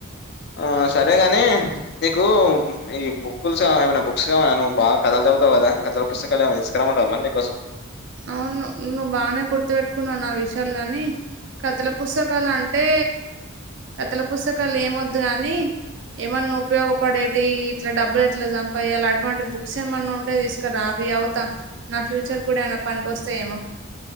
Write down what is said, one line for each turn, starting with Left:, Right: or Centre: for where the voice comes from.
Left: ఆ సరేగని నీకూ ఈ బుక్లుసా ఏమనా బుక్స్ కాన్నా బా కథలు చదుతావు కదా కథల పుస్తకాలు ఏమై తీస్కురమ్మంటవ మరీ నీకోసం
Right: అవ్ను నువ్వు బానే గుర్తుపెట్టుకున్నవ్వ్ నా విషాలు గాని కథల పుస్తకాలం టే కథల పుస్తకాలు ఏమోద్దు కాని ఏమన్నా ఉప్యోగపడేటి ఇట్ల డబ్బులెట్ల సంపదియ్యాలి అలావంటి బుక్సేమన్నా ఉంటే తీస్ క్కరావి చదుతాం నా ఫ్యూచర్ కూడా ఏమనా పనికోస్తా ఏమో